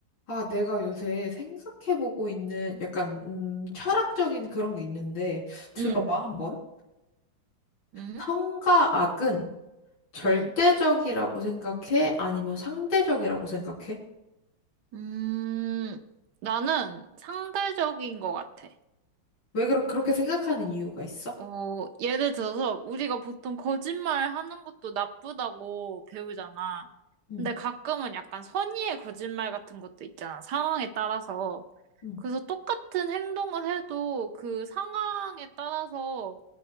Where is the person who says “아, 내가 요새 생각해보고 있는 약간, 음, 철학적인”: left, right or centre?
Left